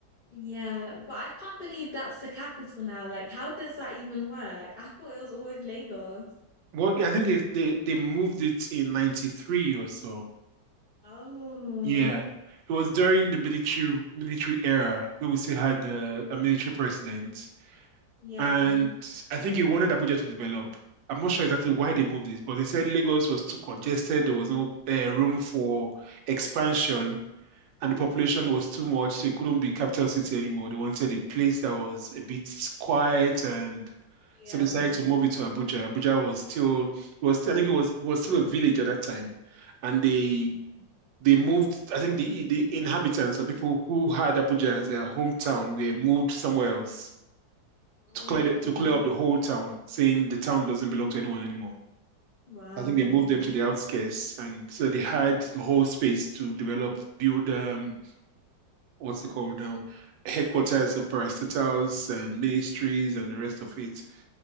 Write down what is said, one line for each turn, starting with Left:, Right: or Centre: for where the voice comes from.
Left: Yeah, but I can't believe that's the capital now. Like, how does that even work? I thought it was always Lagos.
Right: Well, I think it's, they they moved it in '93 or so.
Left: Oh,
Right: Yeah, it was during the military military era where we still had uh, a military president.
Left: yeah.
Right: And I think he wanted Abuja to develop. I'm not sure exactly why they moved it, but they said Lagos was too congested. There was no uh, room for expansion, and the population
Left: Mm,
Right: was too much, so it couldn't be capital city anymore. They wanted a place that was a bit quiet, and
Left: Yeah.
Right: so they decided to move it to Abuja. Abuja was still it was I think it was it was still a village at that time, and they
Left: Mm.
Right: they moved. I think the the inhabitants or people who had Abuja as their hometown were moved somewhere else
Left: Okay.
Right: to clear to clear up the whole town, saying the town doesn't belong to anyone anymore.
Left: Wow.
Right: I think they moved them to the outskirts, and so they had the whole space to develop, build um, what's it called now, headquarters of parastatals and ministries and the rest of it.